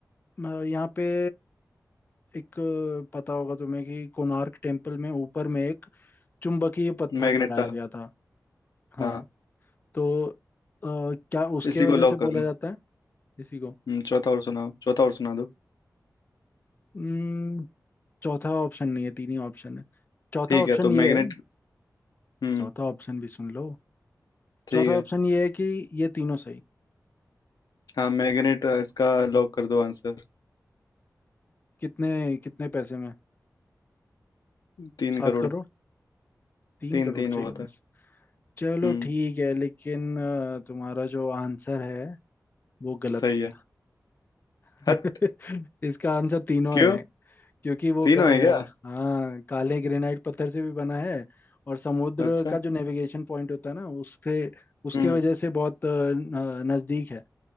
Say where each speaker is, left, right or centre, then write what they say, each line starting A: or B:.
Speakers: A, on the left (about 30°); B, on the left (about 80°).
A: अ, यहाँ पे एक अ, पता होगा तुम्हें कि कोणार्क टेम्पल में ऊपर में एक चुंबकीय पत्थर
B: मैग्नेट
A: लगाया
B: था
A: गया था हाँ
B: हाँ
A: तो अ, क्या उसके
B: इसी
A: वजह
B: को लॉक
A: से
B: करो
A: बोला जाता है इसी को
B: हम्म चौथा और सुनाओ चौथा और सुना दो
A: हम्म, चौथा ऑप्शन नहीं है तीन ही ऑप्शन है चौथा
B: ठीक
A: ऑप्शन
B: है तो
A: ये
B: मैग्नेट
A: है
B: हम्म
A: चौथा ऑप्शन भी सुन लो
B: ठीक
A: चौथा
B: है
A: ऑप्शन ये है कि ये तीनों सही
B: हाँ मैग्नेट इसका लॉक कर दो आंसर
A: कितने कितने पैसे में
B: तीन
A: सात
B: करोड़
A: करोड़ तीन
B: तीन
A: करोड़
B: तीन
A: चाहिए
B: बहुत
A: बस
B: है
A: चलो
B: हम्म
A: ठीक है लेकिन अ, तुम्हारा जो आंसर है वो गलत
B: सही
A: हो
B: है
A: गया <laughs>
B: हट
A: इसका आंसर तीनों
B: क्यों
A: है क्योंकि वो
B: तीनों
A: ग, अ,
B: है क्या
A: हाँ काले ग्रेनाइट पत्थर से भी बना है और समुद्र
B: अच्छा
A: का जो नेविगेशन पॉइंट होता है ना उसके उसके
B: हम्म
A: वजह से बहुत अ, न- नजदीक है